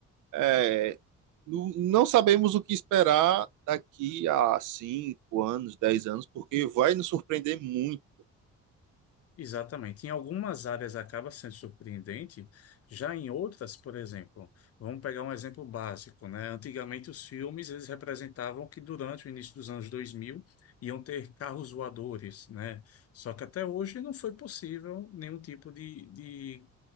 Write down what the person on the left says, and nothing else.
Exatamente. Em algumas áreas acaba sendo surpreendente, já em outras, por exemplo, vamos pegar um exemplo básico, né? Antigamente os filmes eles representavam que durante o início dos anos 2000 iam ter carros voadores, né? Só que até hoje não foi possível nenhum tipo de, de